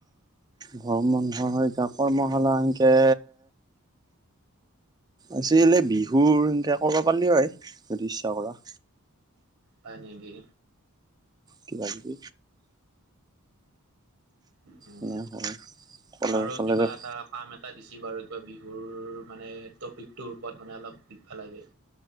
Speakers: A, on the right; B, on the right.
A: গৰম বন্ধ হয় কাকৰ মহলা সেনকে আজি কালি বিহুৰ এনকে কৰ'বা পাৰলি হয় যদি ইচ্ছা কৰা
B: হয় নিকি
A: কি ভাবিছো
B: উম উম
A: এনে হয় কলেজ
B: আমাৰো
A: চলেজত
B: কিবা এটা কাম এটা দিছে বাৰু কিবা বিহুৰ মানে টপিকটোৰ ওপৰত মানে অলপ শিকভা লাগে